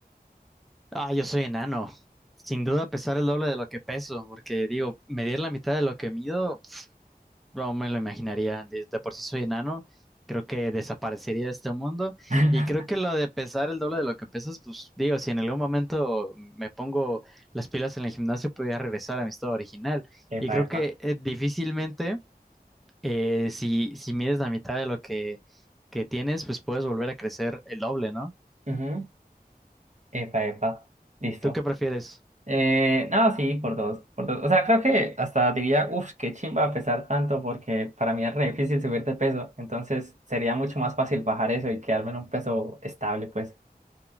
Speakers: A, in the centre; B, on the right.
A: Ah, yo soy enano. Sin duda pesar el doble de lo que peso, porque digo, medir la mitad de lo que mido No me lo imaginaría. De, de por sí soy enano. Creo que desaparecería de este mundo.
B: <laughs>
A: Y creo que lo de pesar el doble de lo que pesas, pues digo, si en algún momento me pongo las pilas en el gimnasio, podría regresar a mi estado original.
B: Epa,
A: Y creo
B: epa.
A: que eh, difícilmente, eh, si, si mides la mitad de lo que, que tienes, pues puedes volver a crecer el doble, ¿no?
B: Ujú. Epa, epa. Listo.
A: ¿Tú qué prefieres?
B: Eh, no, sí, por dos, por dos. O sea, creo que hasta diría, uff, qué chimba pesar tanto porque para mí es re difícil subir de peso. Entonces sería mucho más fácil bajar eso y quedarme en un peso estable, pues.